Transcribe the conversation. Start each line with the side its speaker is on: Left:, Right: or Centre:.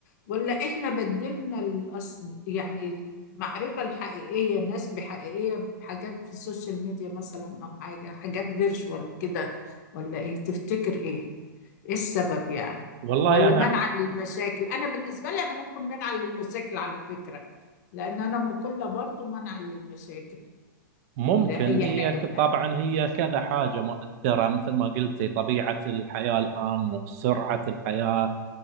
Left: ولا احنا بدلنا الاصل يعني المعرفة الحقيقية الناس بحقيقية بحاجات في السوشيال ميديا مثلا او حاجة حاجات فيرشوال كده ولا ايه تفتكر ايه ايه السبب يعني
Right: والله
Left: ولا
Right: أنا
Left: منعا للمشاكل انا بالنسبه لي انا ممكن منعا للمشاكل على فكره لان انا مقله برضو منعا للمشاكل
Right: ممكن
Left: لاي
Right: هي
Left: حاجه
Right: ك-
Left: من
Right: طبعا
Left: اي
Right: هي كذا حاجة مؤثرة مثل ما قلتي طبيعة الحياة الآن سرعة الحياة